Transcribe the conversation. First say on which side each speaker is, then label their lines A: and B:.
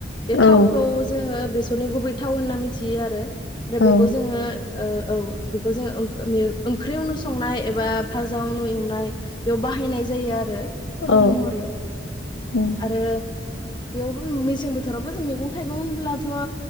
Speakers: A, on the left; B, on the left.
A: बे
B: औ
A: थावखौ जोङो बेसरनि गुबै थाव होनना मिथियो आरो। आरो
B: औ
A: बेखौ जोङो औ बेखौ जोङो <unintelligible> ओंख्रियावनो संनाय एबा फाजाायावनो एवनाय बेयाव बाहायनाय जायो आरो। थाव
B: औ
A: महरै
B: ओं
A: आरो। बेयावबो मेसें बोथोवबो जों मैगं थाइगं <unintelligible> होनब्लाथ'